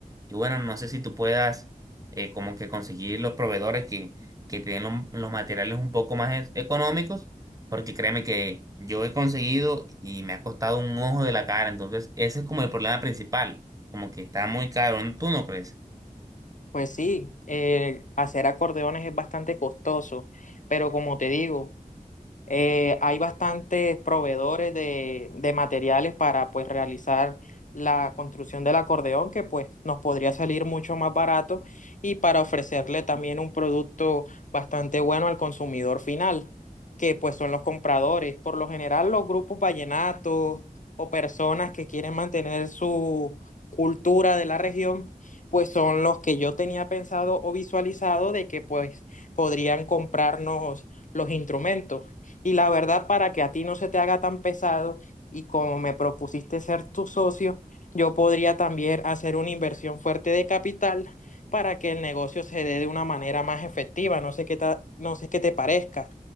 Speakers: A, on the right (about 25°); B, on the left (about 60°).
A: y bueno, no sé si tú puedas eh, como que conseguir los proveedores que, que te den lo- los materiales un poco más e- económicos, porque créeme que yo he conseguido y me ha costado un ojo de la cara, entonces ese es como el problema principal, como que está muy caro, ¿tú no crees?
B: Pues sí, eh, hacer acordeones es bastante costoso, pero como te digo, eh, hay bastantes proveedores de, de materiales para pues realizar la construcción del acordeón que pues nos podría salir mucho más barato y para ofrecerle también un producto bastante bueno al consumidor final, que pues son los compradores. Por lo general los grupos vallenatos o personas que quieren mantener su cultura de la región, pues son los que yo tenía pensado o visualizado de que pues podrían comprarnos los instrumentos. Y la verdad, para que a ti no se te haga tan pesado y como me propusiste ser tu socio, yo podría también hacer una inversión fuerte de capital para que el negocio se dé de una manera más efectiva. No sé qué ta- no sé qué te parezca.